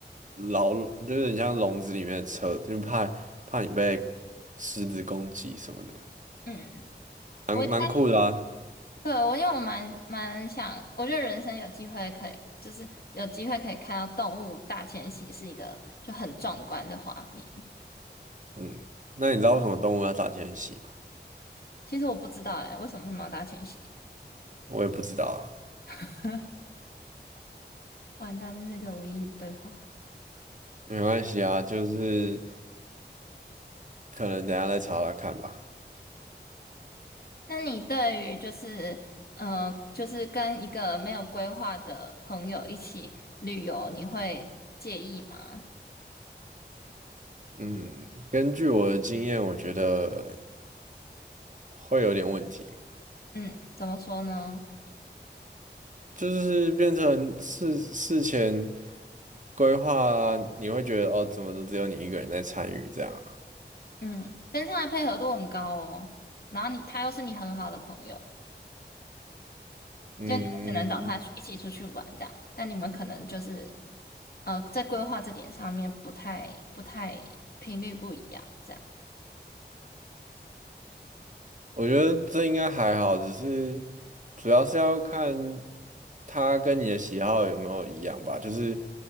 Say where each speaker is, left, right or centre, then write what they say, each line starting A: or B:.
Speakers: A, on the right (about 45°); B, on the left (about 60°).
A: 牢，就是你像笼子里面的车，就怕怕你被狮子攻击什么的，
B: 嗯，
A: 蛮蛮酷的啊。
B: 我应该对我因为我蛮蛮想，我觉得人生有机会可以，就是有机会可以看到动物大迁徙是一个就很壮观的画面。
A: 嗯，那你知道为什么动物要大迁徙吗？
B: 其实我不知道哎、为什么他们要大迁徙？
A: 我也不知道啊，
B: <laughs> 完蛋，这是一个无意义对话。
A: 没关系啊，就是。可能等一下再查查看吧。
B: 那你对于就是呃，就是跟一个没有规划的朋友一起旅游，你会介意吗？
A: 嗯，根据我的经验，我觉得会有点问题，
B: 嗯，怎么说呢？
A: 就是变成事事前规划啊，你会觉得哦，怎么都只有你一个人在参与这样啊。
B: 嗯，但是他的配合度很高哦，然后你他又是你很好的朋友，
A: 嗯，
B: 就你只能找他去一起出去玩这样，但你们可能就是呃，在规划这点上面不太不太频率不一样这样。
A: 我觉得这应该还好，只是主要是要看他跟你的喜好有没有一样吧。就是